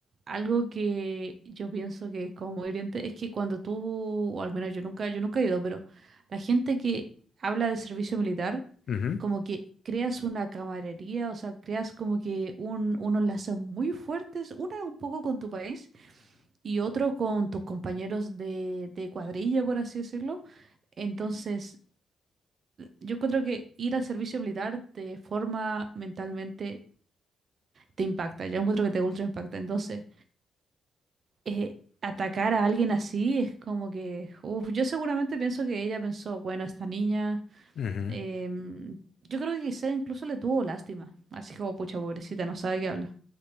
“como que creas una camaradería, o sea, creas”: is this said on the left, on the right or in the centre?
Right